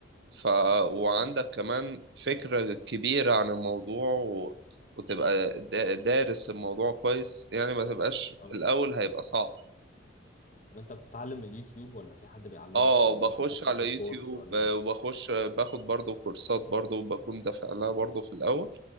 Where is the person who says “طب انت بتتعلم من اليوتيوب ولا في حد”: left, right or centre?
Left